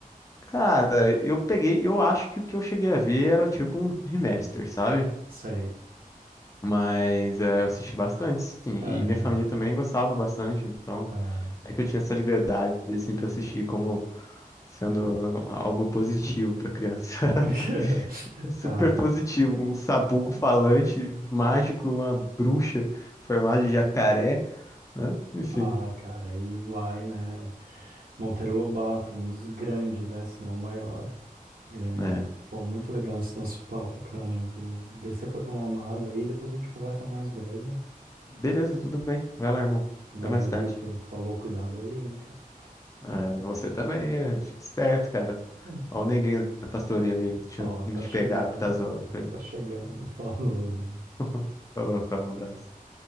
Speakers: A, on the left (about 20°); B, on the right (about 80°).
A: Cara, eu peguei, eu acho que o que eu cheguei a ver era tipo um remaster, sabe?
B: Sei.
A: Mas é, eu assisti bastante, sim,
B: É,
A: e minha família também gostava bastante, então
B: é.
A: é que eu tinha essa liberdade, assim, pra assistir como sendo algo positivo pra criança. <laughs>
B: <laughs>
A: Super
B: Cara,
A: positivo, um sabugo falante, mágico, uma bruxa formada de jacaré, né? Enfim,
B: ah, cara, aí vai, né? Monteiro Lobato, um dos grandes, né? Se não o maior. Grande.
A: né?
B: Pô, muito legal esse nosso papo, cara. Vou descer pra tomar uma água aí, depois a gente conversa mais, beleza?
A: Beleza, tudo bem. Vai lá, irmão.
B: Valeu,
A: Até mais tarde.
B: Vitor. Falou, cuidado aí, hein, cara.
A: Ah, você também, é, fica esperto, cara.
B: <laughs>
A: Ó o negrinho da pastoria ali, te-
B: Ó,
A: indo
B: tá
A: te
B: chegando,
A: pegar, porque tá zoando
B: tá,
A: com ele.
B: tá chegando. <laughs> Falou, velho.
A: <laughs> Falou, cara, um abraço.